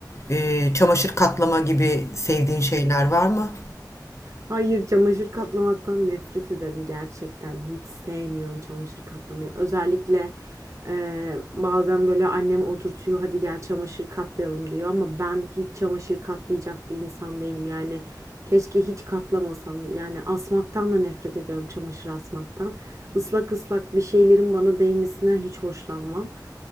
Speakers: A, on the left (about 40°); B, on the right (about 45°).
A: e, çamaşır katlama gibi sevdiğin şeyler var mı?
B: Hayır, çamaşır katlamaktan nefret ederim gerçekten. Hiç sevmiyorum çamaşır katlamayı. Özellikle eee, bazen böyle annem oturtuyor, hadi gel çamaşır katlayalım diyor ama ben hiç çamaşır katlayacak bir insan değilim. Yani keşke hiç katlamasam. Yani asmaktan da nefret ediyorum çamaşır asmaktan. Islak ıslak bir şeylerin bana değmesinden hiç hoşlanmam.